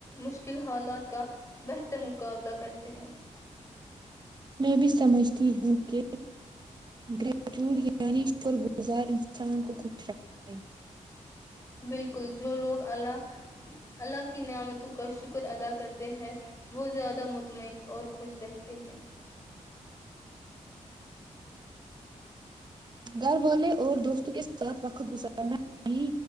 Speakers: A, on the left; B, on the right.
A: مشکل حالات کا بہتر مقابلہ کرتے ہیں
B: میں بھی سمجھتی ہوں کہ گریٹیٹیوڈ یعنی شکر گزار انسان کو خوش رکھتے ہے
A: بالکل جو لوگ اللہ اللہ کی نعمتوں کا شکر ادا کرتے ہیں وہ زیادہ مطمئن اور خوش رہتے ہیں
B: گھر والے اور دوستوں کے ساتھ وقت گزارنا بھی